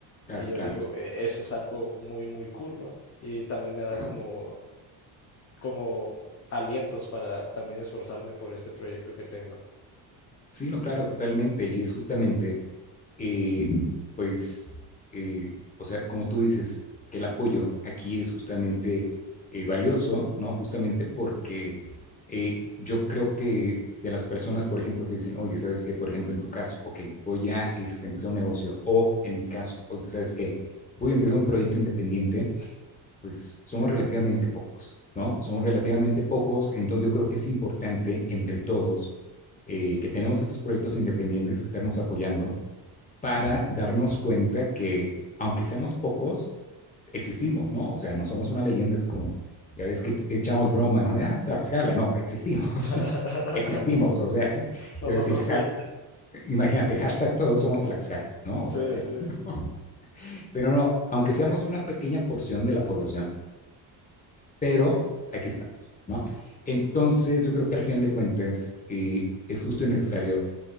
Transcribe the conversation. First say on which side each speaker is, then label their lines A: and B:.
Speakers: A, on the left; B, on the left.
A: claro,
B: Y yo
A: claro.
B: digo, "E- eso es algo muy, muy cool, ¿no? Y también me da
A: Ajá.
B: como, como alientos para también esforzarme por este proyecto que tengo.
A: Sí, no, claro, totalmente. Y es justamente eh, pues, eh, o sea, como tú dices, que el apoyo aquí es justamente eh, valioso, ¿no? Justamente porque eh, yo creo que de las personas, por ejemplo, que dicen, oye, ¿sabes qué? Por ejemplo, en tu caso, ok, voy a este, empezar un negocio, o en mi caso, oye, ¿sabes qué? Voy a empezar un proyecto independiente, pues somos relativamente pocos, ¿no? Son relativamente pocos, entonces yo creo que es importante entre todos eh, que tenemos estos proyectos independientes, estarnos apoyando, para darnos cuenta que, aunque seamos pocos, existimos, ¿no? O sea, no somos una leyenda, es como, ya ves que echamos broma, ¿no? De, ah, Tlaxcala, no, existimos,
B: <laughs>
A: <laughs> existimos, o sea, <laughs>
B: Nosotros
A: yo decir,
B: sí.
A: imagínate, hashtag todos somos Tlaxcala, ¿no?
B: Sí,
A: O sea, pero,
B: sí.
A: <laughs> pero no, aunque seamos una pequeña porción de la población, pero aquí estamos, ¿no? Entonces, yo creo que al final de cuentas eh, es justo y necesario